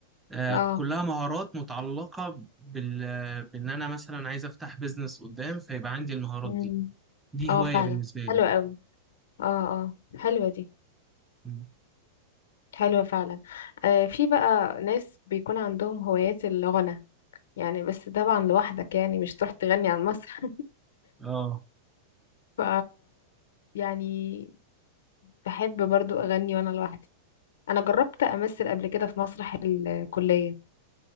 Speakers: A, in the centre; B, on the left (about 80°).
A: آه،
B: اه
A: كلها مهارات متعلقة بال... آه، بإن أنا مثلا عايز أفتح بيزنس قدام فيبقى عندي المهارات
B: امم
A: دي دي
B: اه
A: هواية
B: فعلا
A: بالنسبة لي
B: حلوة قوي اه اه حلوة دي
A: مم.
B: حلوة فعلا آه، في بقى ناس بيكون عندهم هوايات الغنى يعني بس طبعا لوحدك يعني مش تروح تغني على المسرح <laughs>
A: آه
B: ف يعني بحب برضو أغني وأنا لوحدي أنا جربت أمثل قبل كده في مسرح الكلية